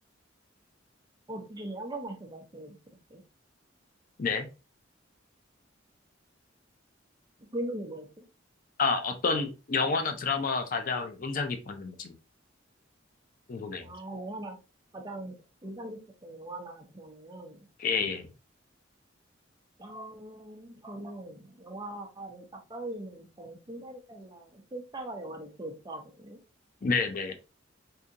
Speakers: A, on the right (about 20°); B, on the left (about 45°).
A: 어, 기준이 한 번만 더 말씀해 주시겠어요?
B: 네.
A: 질문이 뭐였지?
B: 아, 어떤 영화나 드라마가 가장 인상 깊었는지 궁금해요.
A: 아, 영화나, 가장 인상 깊었던 영화나 드라마요?
B: 예, 예.
A: 어, 저는 영화를 딱 떠올리면 저는 신데렐라 실사화 영화를 제일 좋아하거든요.
B: 네네.